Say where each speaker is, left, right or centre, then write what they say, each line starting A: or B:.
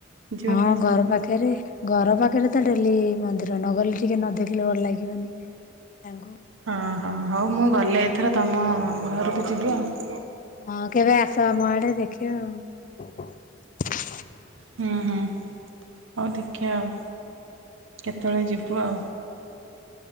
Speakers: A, on the right (about 85°); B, on the left (about 40°).
A: ଯିବା
B: ହଁ
A: ପାଇଁ
B: ଘର
A: ସବୁବେଳେ।
B: ପାଖରେ ଘର ପାଖରେ ତ ଡେଲି ମନ୍ଦିର ନ ଗଲେ ଟିକେ ନ ଦେଖିଲେ ଭଲ ଲାଗିବନି ତାଙ୍କୁ
A: ହଁ ହଁ ହଉ ମୁଁ ଗଲେ ଏଥର ତମ ଘରକୁ ଯିବି ଆଉ।
B: ହଁ କେବେ ଆସ ଆମ ଆଡେ ଦେଖିବ ଆଉ।
A: ହୁଁ ହୁଁ ହଉ ଦେଖିବା ଆଉ କେତେବେଳେ ଯିବୁ ଆଉ।